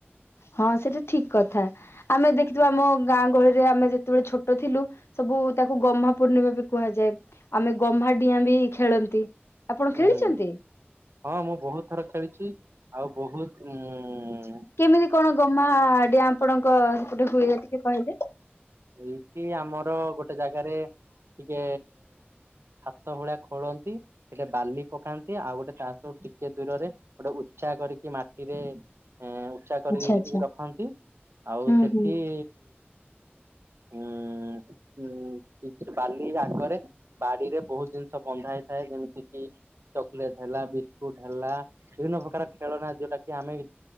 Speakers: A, on the left; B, on the right.
A: ହଁ ସେଇଟା ଠିକ୍ କଥା। ଆମେ ଦେଖିଥିବା ଆମ ଗାଁ ଗହଳିରେ ଆମେ ଯେତେବେଳେ ଛୋଟ ଥିଲୁ ସବୁ ତାକୁ ଗହ୍ମା ପୂର୍ଣ୍ଣିମା ବି କୁହାଯାଏ। ଆମେ ଗହ୍ମା ଡିଆଁ ବି ଖେଳନ୍ତି। ଆପଣ
B: ହୁଁ।
A: ଖେଳିଛନ୍ତି?
B: ହଁ ମୁଁ ବୋହୁତ୍ ଥର ଖେଳିଛି। ଆଉ ବୋହୁତ୍ ମୁଁ
A: କେମିତି କଣ ଗମାଡିଆ ଆପଣଙ୍କ ସେପଟେ ହୁଏ ଟିକେ କହିଲେ?
B: ଏଇଠି ଆମର ଗୋଟେ ଜାଗାରେ ଟିକେ ହାତ ଭଳିଆ ଖୋଳନ୍ତି। ସେଠେ ବାଲି ପକାନ୍ତି ଆଉ ଗୋଟେ ଚାଷ ସବୁ ଟିକେ ଦୂରରେ ଗୋଟେ ଉତ୍ସାହ କରିକି ମାଟିରେ ଏଁ ଉ୍ଚା କରି
A: ଆଚ୍ଛା ଆଚ୍ଛା
B: ରଖନ୍ତି ଆଉ
A: ହୁଁ
B: ସେଠି
A: ହୁଁ
B: ହ ହୁଁ ବାଲି ଆଗରେ ବାଡିରେ ବୋହୁତ୍ ଜିନିଷ ବନ୍ଧା ହେଇଥାଏ ଯେମିତି କିି ଚକୋଲେଟ ହେଲା ବିସ୍କୁଟ ହେଲା ବିଭିନ୍ନ ପ୍ରକାର ଖେଳ ନା ଯୋଉଟା କି ଆମେ